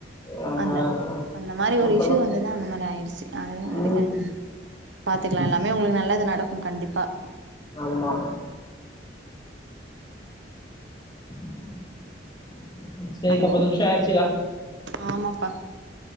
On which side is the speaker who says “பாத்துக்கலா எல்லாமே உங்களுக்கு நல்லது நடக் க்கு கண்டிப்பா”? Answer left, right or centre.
Right